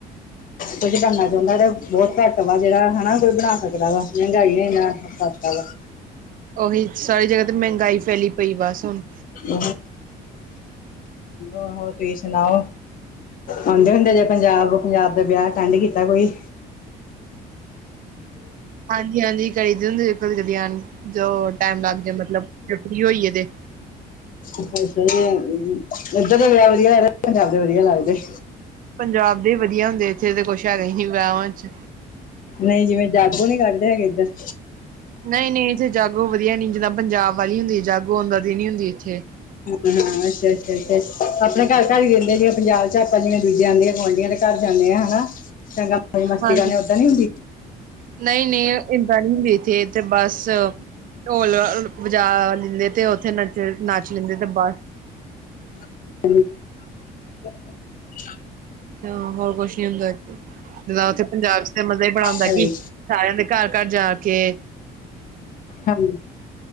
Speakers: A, on the left; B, on the right.
A: ਕੁਝ ਬਣਨਾ ਬੰਦਾ ਬੋਤ ਘੱਟ ਵਾ ਜੇੜਾ ਹਨਾ ਕੋਈ ਬਣਾ ਸਕਦਾ ਵਾ ਮੇਹੈਂਗਾਈ ਨੇ ਐਨਾ ਓ ਕਰਤਾ ਵਾ। <inaudible>
B: ਓਹੀ ਸਾਰੀ ਜੱਗਾ ਤੇ ਮੈਂਹਨਗਗਾਈ ਫੈਲੀ ਪਈ ਬਸ ਹੁਨ।
A: <unintelligible> ਆਹੋ ਤੁਸੀਂ ਸੁਣਾਓ ਆਉਂਦੇ ਹੁੰਦੇ ਜੇ ਪੰਜਾਬ, ਪੰਜਾਬ ਦਾ ਵਿਆਹ ਅਟੈਂਡ ਕੀਤਾ ਕੋਈ।
B: ਹਾਂਜੀ ਹਾਂਜੀ ਕਰੀ ਦੇ ਹੁੰਦੇ ਜ ਕਦੀ- ਕਦੀ ਆਂ ਜੋ ਟਾਈਮ ਲੱਗ ਜ ਮਤਲਬ ਜ ਫਰੀ ਹੋਈਏ ਤੇ
A: ਇਧਰ ਉ ਇੱਧਰ ਦੇ ਵਿਆਹ ਵਧੀਆ ਲੱਗਦੇ ਜਾਂ ਪੰਜਾਬ ਦੇ ਵਧੀਆ ਲੱਗਦੇ।
B: ਪੰਜਾਬ ਦੇ ਵਧੀਆ ਹੁੰਦੇ, ਇੱਥੇ ਤੇ ਕੁੱਛ ਹੈਗਾ ਹੀ ਨੀ ਵਿਆਹਵਾਂ ਚ
A: ਨਈ ਜਿਵੇਂ ਜਾਗੋ ਨੀ ਕੱਢਦੇ ਹੈਗੇ ਇੱਧਰ
B: ਨਈ, ਨਈ ਇਥੇ ਜਾਗੋ ਵਧੀਆ ਨੀ, ਜਿਦਾਂ ਪੰਜਾਬ ਵਾਲੀ ਹੁੰਦੀ ਜਾਗੋ ਓਦਾਂ ਦੀ ਨੀ ਹੁੰਦੀ ਇੱਥੇ
A: ਹਾਂ ਹਾਂ ਅੱਛਾ ਅੱਛਾ ਅੱਛਾ ਆਪਣੇ ਘਰ- ਘਰ ਹੀ ਰਹਿੰਦੇ ਜ ਜਿਵੇਂ ਪੰਜਾਬ ਚ ਆਪਾਂ ਜਿਵੇਂ ਦੂਜੇ ਆਂਡੀਆਂ- ਗੁਆਂਢੀਆਂ ਦੇ ਚਲੇ ਜਾਂਦੇ ਆ ਹਨਾ, ਚੰਗਾ ਓਦਾਂ ਮਸਤੀ
B: ਹਾਂਜੀ
A: ਕਰਦੇ ਆ ਓਦਾਂ ਨੀ ਹੁੰਦੀ
B: ਨਹੀਂ ਨਹੀਂ ਏਦਾਂ ਨਹੀਂ ਹੁੰਦੀ ਏਥੇ, ਏਥੇ ਬਸ ਢੋਲ ਅ ਲ ਵਜਾ ਲੈਂਦੇ ਤੇ ਉਥੇ ਨਚ, ਨੱਚ ਲੈਂਦੇ ਤੇ ਬਸ
A: ਹ <inaudible>
B: ਤੇ ਹਾਂ ਹੋਰ ਕੁੱਛ ਨੀ ਹੁੰਦਾ, ਜਿੱਦਾਂ ਉੱਥੇ ਪੰਜਾਬ ਚ ਤੇ ਮਜ਼ਾ ਈ ਬੜਾ ਆਉਂਦਾ
A: ਘਰੇ
B: ਕੀ ਸਾਰਿਆਂ ਦੇ ਘਰ- ਘਰ ਜਾ ਕੇ
A: ਹੈੱਲੋ,